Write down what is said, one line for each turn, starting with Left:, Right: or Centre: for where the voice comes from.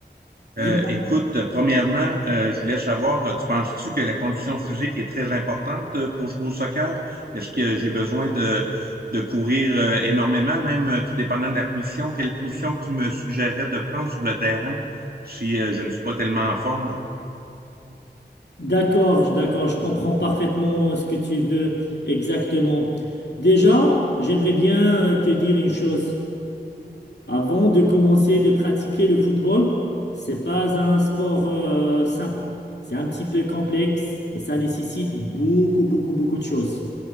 Left: Dis-moi.
Right: Euh, écoute, premièrement, euh, je voulais savoir, euh, tu penses-tu que la condition physique est très importante euh, pour jouer au soccer? Est-ce que j'ai besoin de, de courir euh, énormément, même euh, tout dépendant de la position? Quelle position tu me suggérerais de prendre sur le terrain si euh, je ne suis pas tellement en forme?
Left: D'accord, je- d'accord, je comprends parfaitement ce que tu veux exactement. Déjà, j'aimerais bien euh, te dire une chose. Avant de commencer de pratiquer le football, c'est pas un sport euh, simple. C'est un petit peu complexe et ça nécessite beaucoup, beaucoup, beaucoup de choses.